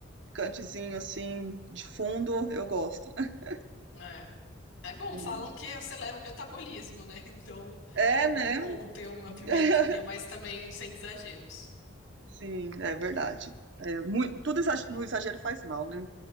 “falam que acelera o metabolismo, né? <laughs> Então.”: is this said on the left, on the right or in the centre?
Left